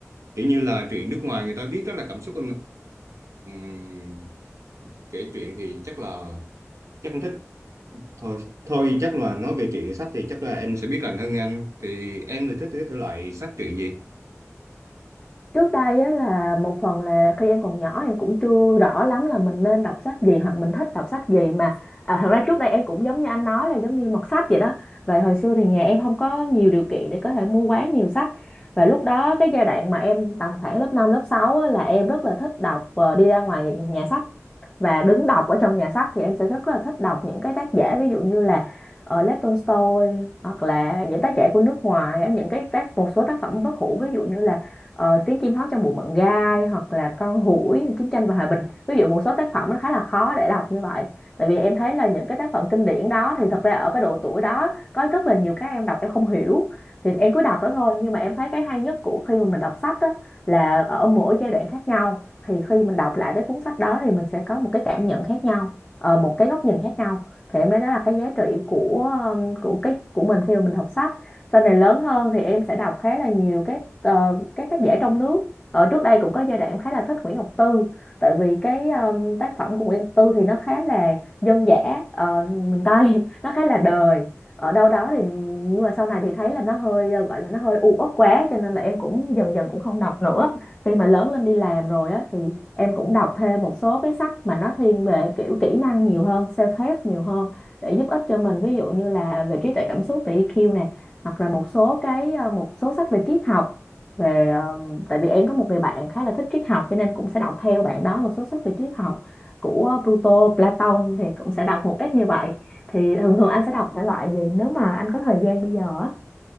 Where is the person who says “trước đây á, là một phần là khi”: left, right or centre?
Left